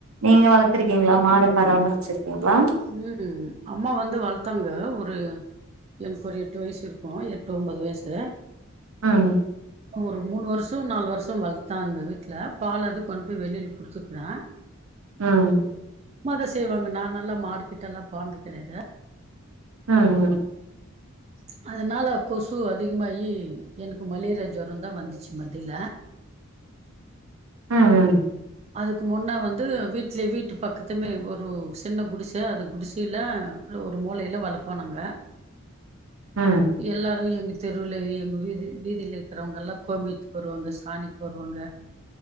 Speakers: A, on the right; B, on the right.
A: நீங்க வளரத்துருக்கீங்களா மாட பராமரிச்சிருக்கீங்களா
B: ம் அம்மா வந்து வளர்த்தாங்க ஒரு எனக்கு ஒரு எட்டு வயசு இருக்கு எட்டு ஒம்பது வயசு
A: ஆமா
B: ஒரு மூணு வருஷ நாலு வருஷ வளர்த்த அங்க வீட்ல பால் அது கொண்டு போய் வெளில குடுத்துக்குற ஆ
A: ம்
B: அம்மா தா செய்வாங்க நானல்லா மாடுக்கிட்டல்லா போனது கெடையாது
A: ஹம்ம்
B: உம் அதனால கொசு அதிகமாகி எனக்கு மலேரியா ஜொரம தா வந்துச்சு மத்தில
A: ம் ம்
B: அதுக்கு முன்னே வந்து வீட்டிலே வீட்டு பக்கத்துமே ஒரு சின்ன குடிச அது குடிசில ஒரு மூலைல வளப்போ நாங்க
A: ம்
B: எல்லாரு எங்க தெருவுல எங்க வீதி வீதில இருக்கிறவங்க எல்லா கோமியத்துக்கு வருவாங்க சாணிக்கு வருவாங்க